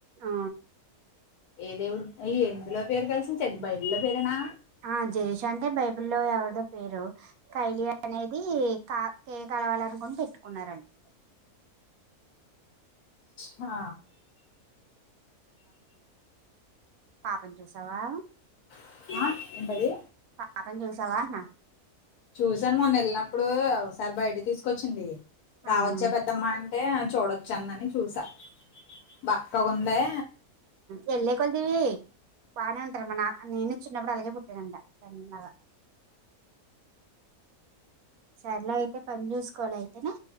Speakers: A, on the right; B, on the left.
A: ఆ
B: ఏదేవుడు అయ ఎందులో పేరు కలిసింది చ బైబల్ లో పేరేనా
A: ఆ జయేష్ అంటే బైబిల్ లో ఎవరిదో పేరు కైలి అనేది కా కే కలవాలను పెట్టుకున్నారండి
B: హా
A: పాపని చూసావా
B: ఉంది ఆ ఏంటది
A: పాపని చూసావా అన్న
B: చూసాను మొన్న వెళ్ళినప్పుడు ఒకసారి బయట తీసుకొచ్చింది రావచ్చా
A: అవును
B: పెద్దమ్మా అన్ అంటే చూడొచ్చా అన్నని చూసా బక్కగుందే
A: వెళ్ళే కొద్ది బానే ఉంటరు మా నా నేను చిన్నప్పుడు అలాగే పుట్టనంట సన్నగా సర్లే అయితే పని చూసుకోలై ఆ